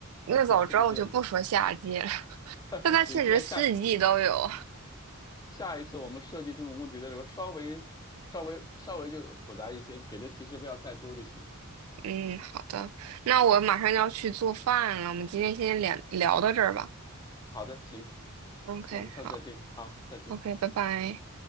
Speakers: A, on the right; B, on the left.
A: 那早知道我就不说夏季了。
B: 对这个比较有 <laughs>
A: 但它确实四季都有。
B: 行，那下下一次我们设计这种问题的时候，稍微稍微稍微就复杂一些，给的提示不要太多就行。
A: 嗯，好的，那我马上就要去做饭了。我们今天先聊聊到这儿吧。
B: 好的，行，
A: OK，
B: 那我们下次再见。
A: 好
B: 好，再见。
A: ，OK，拜拜。